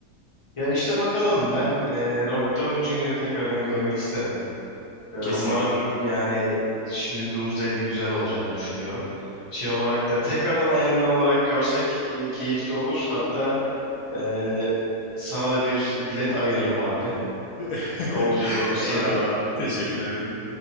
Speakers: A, on the left; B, on the left.
A: Ya işte bakalım ben e, Robert Downey Jr.'ı tekrardan görmek isterim. E, umarım
B: Kesinlikle bu arada.
A: yani şimdi Doomsday'de güzel olacağını düşünüyorum. Şey olarak da tekrardan Iron Man olarak görsek e, keyifli olur. Hatta e, sana da bir bilet ayırırım abi.
B: <laughs>
A: olacak olursa.
B: Eyvallah abi. Teşekkür ederim.